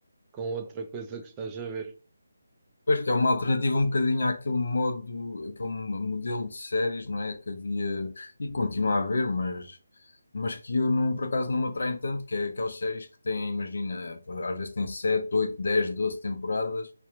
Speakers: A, on the right; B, on the left.
A: com outra coisa que estás a ver.
B: Pois que é uma alternativa um bocadinho àquele modo, aquele modelo de séries, não é? Que havia e continua a haver, mas, mas que eu não, por acaso não me atraem tanto, que é aquelas séries que têm, imagina, às vezes têm 7 8 10 12 temporadas